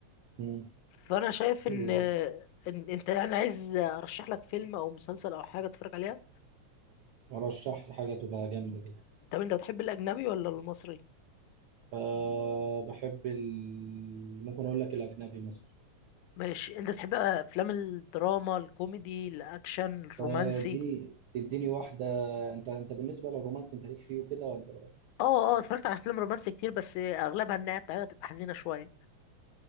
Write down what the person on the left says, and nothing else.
فانا شايف
ان
إن انت يعني عايز ارشح لك فيلم او مسلسل او حاجه تتفرج عليها
طب انت بتحب الاجنبي ولا المصري
ماشي انت بتحب افلام الدراما الكوميدي الاكشن الرومانسي
اه اه اتفرجت على افلام رومانسي كتير بس اغلبها النهايه بتاعتها تبقى حزينه شويه